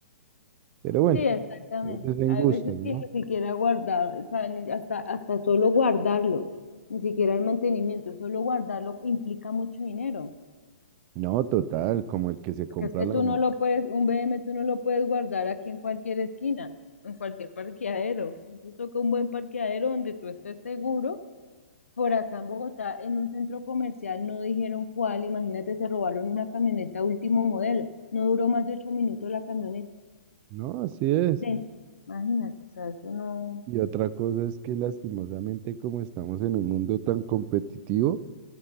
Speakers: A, on the right (about 25°); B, on the left (about 70°).
A: Pero bueno,
B: Sí, exactamente.
A: eso es en
B: Hay
A: gustos,
B: veces
A: ¿no?
B: que ni siquiera guardar, saben, hasta, hasta solo guardarlo, ni siquiera el mantenimiento, solo guardarlo implica mucho dinero.
A: No, total, como el que se compra
B: Porque es que
A: la
B: tú
A: moto.
B: no lo puedes, un BM tú no lo puedes guardar aquí en cualquier esquina, en cualquier parqueadero. Eso toca un buen parqueadero donde tú estés seguro. Por acá en Bogotá, en un centro comercial, no dijeron cuál. Imagínate, se robaron una camioneta último modelo. No duró más de ocho minutos la camioneta.
A: No, así es.
B: Dentro. Imagínate, o sea, eso no.
A: Y otra cosa es que lastimosamente como estamos en un mundo tan competitivo,